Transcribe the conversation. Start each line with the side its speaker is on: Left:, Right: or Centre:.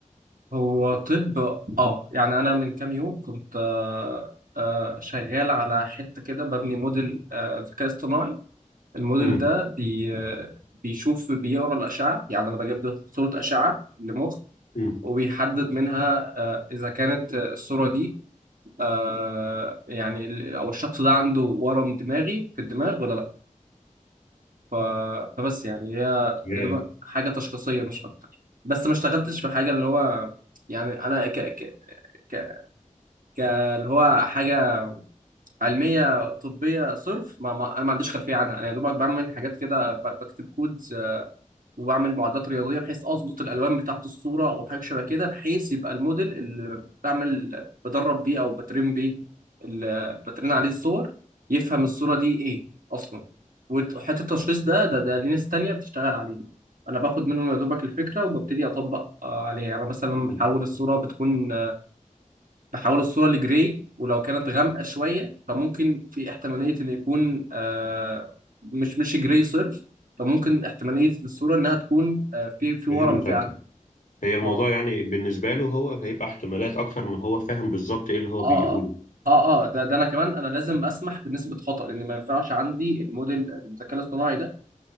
Right: هو طب اه يعني انا من كام يوم كنت آه، آه، شغال على حته كده ببني موديل آه، ذكاء اصطناعي الموديل
Left: مم.
Right: ده بي آه، بيشوف بيقرا الاشعه يعني انا بجيب له صوره اشعه لمخ
Left: مم.
Right: وبيحدد منها آه، اذا كانت الصوره دي آه، يعني ال- او الشخص ده عنده ورم دماغي في الدماغ ولا لا ف- فبس يعني هي
Left: ياه.
Right: يا دوبك حاجه تشخيصيه مش اكتر بس ما اشتغلتش في حاجه اللي هو يعني انا ك... ك... ك- اللي هو حاجة علمية طبية صرف ما ما أنا ما عنديش خلفية عنها أنا يا دوبك بعمل حاجات كده ب- بكتب كودز آه، وبعمل معادلات رياضية بحيث أظبط الألوان بتاعة الصورة أو حاجة شبه كده بحيث يبقى الموديل اللي بعمل بدرب بيه أو بترين بيه اللي بترين عليه الصور يفهم الصورة دي إيه أصلا وحتة التشخيص ده ده ده ليه ناس تانية بتشتغل عليه أنا باخد منهم يا دوبك الفكرة وببتدي أطبق آه، عليها يعني مثلا
Left: مم.
Right: بحول الصورة بتكون بحول الصورة لجراي ولو كانت غامقة شوية فممكن في احتمالية إن يكون آه مش مش جراي صرف فممكن احتمالية الصورة إنها تكون آه في في
Left: فهمتك
Right: ورم فعلا
Left: هي الموضوع
Right: اه
Left: يعني بالنسبة له هو هيبقى احتمالات أكتر من هو فاهم بالظبط إيه اللي هو
Right: اه
Left: بيقوله
Right: اه اه آه، ده ده انا كمان انا لازم اسمح بنسبه خطا لان ما ينفعش عندي الموديل الذكاء الاصطناعي ده